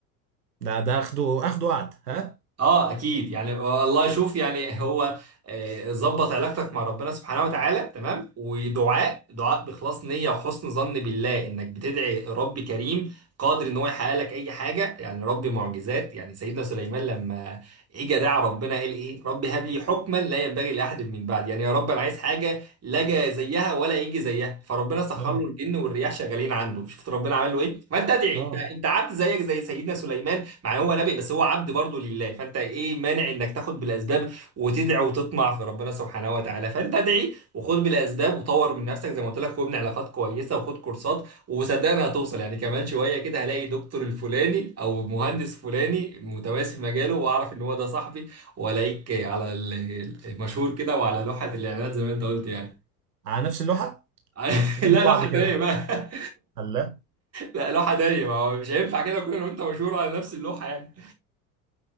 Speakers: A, on the right (about 85°); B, on the right (about 30°).
A: ده ده اخده اخده قعد ها
B: اه اكيد يعني آه، الله يشوف يعني هو آه، ظبط علاقتك مع ربنا سبحانه وتعالى تمام ودعاء دعاء بإخلاص نية وحسن ظن بالله انك بتدعي رب كريم قادر ان هو يحقق لك اي حاجة يعني رب معجزات يعني سيدنا سليمان لما اجى دعا ربنا قال ايه رب هب لي حكما لا ينبغي لاحد من بعد يعني يا رب انا عايز حاجة لا جا زيها ولا يجي زيها فربنا سخر
A: اه
B: له الجن والرياح شغالين عنده شفت ربنا عمل له ايه ما انت ادعي
A: اه
B: انت انت عبد زيك زي سيدنا سليمان مع إن هو نبي بس هو عبد برضه لله فانت ايه مانع انك تاخد بالاسباب وتدعي وتطمع في ربنا سبحانه وتعالى فانت ادعي وخد بالاسباب وطور من نفسك زي ما قلت لك وابني علاقات كويسه وخد كورسات وصدقني هتوصل يعني كمان شويه كده هلاقي دكتور الفلاني او مهندس فلاني متميز في مجاله واعرف ان هو ده صاحبي والاقيك على ال- المشهور كده وعلى لوحه الاعلانات زي ما انت قلت يعني
A: على نفس اللوحه
B: <laughs>
A: جنب
B: لا
A: بعض
B: لوحه
A: كده
B: تانيه بقى
A: الله
B: لا لوحه تانيه ما هو مش هينفع كده كلنا وانت مشهور على نفس اللوحه يعني